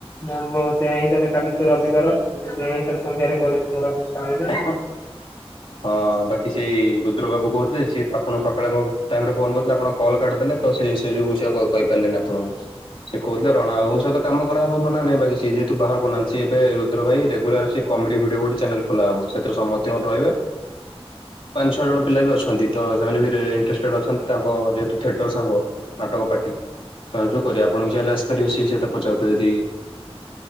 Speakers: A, on the left; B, on the left.
A: ନା ମୋ ଚେଇଁ ତାହେଲେ କାଲି ତ ରବିବାର କିନ୍ତୁ ସେୟା ହିଁ କାଲି ସଧ୍ୟାରେ କରିବି ମୋର ଆଉ କିଛି କାମ ନାହିଁ।
B: <unintelligible> ହଁ ବାକି ସେଇ ରୁଦ୍ର ବାବୁ କହୁଥିଲେ ସେ ଆପଣ ସକାଳେ କଣ ଟାଇମରେ ଫୋନ କରିଥିଲେ ଆପଣ କଲ୍ କାଟି ଦେଲେ ତ ସେ ଯୁ ସେ କହିପାରିଲି ଆପଣଙ୍କୁ ସେ କହୁଥିଲେ ରଣାବାବଙ୍କ ସହିତ କାମ କ ବା ହୋ ମନା ନାହିଁ ବାକି ସେ ଯେହେତୁ ବାହ ବନାନ୍ତି ସେ ଏବେ ରୁଦ୍ର ଭାଇ ରେଗୁଲାର ସେ କମେଡି ଭିଡିଉ ଗୋଟେ ଚ୍ୟାନେଲ ଖୋଲା ହବ। ସେଥିରେ ସମସ୍ଥିଙ୍କ ରହିବେ। ପାଞ୍ଚଛଅ ଜଣ ପିଲା ବି ଅଛନ୍ତି ତ ସେମାନେ ବି ରେ ଇଣ୍ଟେରେଷ୍ଟେଡ଼ ଅଛନ୍ତି ତାଙ୍କ ଯେହେତୁ ଥେଟର ସାଙ୍ଗ। ନାଟକ ପାଟି ସେମାନେ ସବୁ କରିବେ ଆପଣ ବି ଚାହିଁଲେ ଆସି ସେ ସେହି କଥା ପଚାରୁ ଥିଲେ ଯଦି